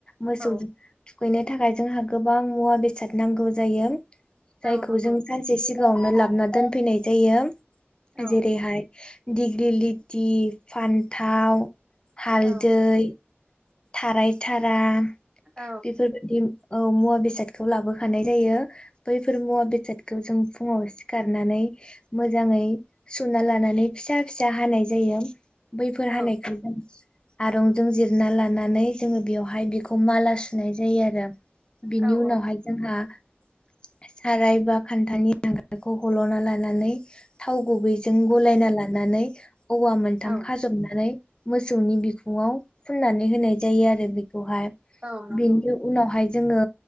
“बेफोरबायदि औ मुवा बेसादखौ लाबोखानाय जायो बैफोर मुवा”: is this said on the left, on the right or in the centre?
Left